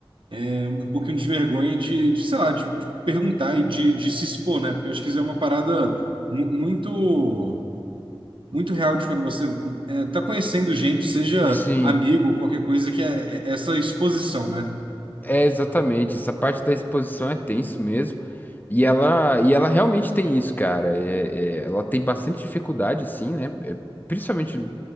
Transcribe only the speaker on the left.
sim.
É exatamente. Essa parte da exposição é tenso mesmo. E ela, e ela realmente tem isso, cara. É- é, ela tem bastante dificuldade, assim, né? É, principalmente.